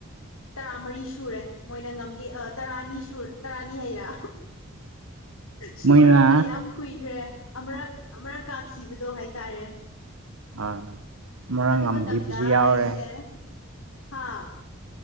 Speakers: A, on the left; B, on the right.
A: ꯇꯔꯥꯃꯔꯤ ꯁꯨꯔꯦ ꯃꯣꯏꯅ ꯉꯝꯒꯦ ꯇꯔꯥ ꯑꯅꯤ ꯁꯨ ꯇꯔꯥꯅꯤ ꯍꯥꯢꯔ ꯁꯨꯔꯕꯅꯦ
B: ꯃꯣꯏꯅ
A: ꯌꯥꯝ ꯀꯨꯏꯈ꯭ꯔꯦ ꯑꯃꯔꯛ ꯑꯃꯔꯛ ꯀꯥꯈꯤꯕꯗꯣ ꯍꯥꯏ ꯇꯥꯔꯦ
B: ꯍꯣꯏ ꯑꯃꯔꯛ
A: ꯑꯗꯨ
B: ꯉꯝꯈꯤꯕꯁꯨ
A: ꯃꯇꯝꯗ
B: ꯌꯥꯎꯔꯦ
A: ꯑꯩꯁꯦ ꯍꯥꯥ